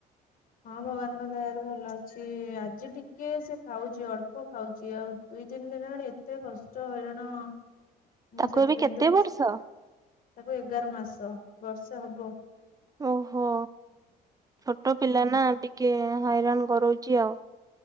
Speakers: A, on the left; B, on the right.
A: ହଁ ଭଗବାନଙ୍କ ଦୟାରୁ ଭଲ ଅଛି। ଆଜି ଟିକେ ସେ ଖାଉଚି ଅଳ୍ପ ଖାଉଚି ଆଉ ଦୁଇ ତିନି ଦିନ ହେଣି ଏତେ କଷ୍ଟ ହଇରାଣ ମୁଁ
B: ତାକୁ
A: ସେଥିପାଇଁ
B: ଏବେ କେତେ
A: ତ କିଛି
B: ବର୍ଷ?
A: ତାକୁ ଏଗାର ମାସ ବର୍ଷେ ହବ।
B: ଓହୋ ଛୋଟ ପିଲା
A: ହୁଁ।
B: ନା ଟିକେ ହଇରାଣ କରୋଉଚି ଆଉ।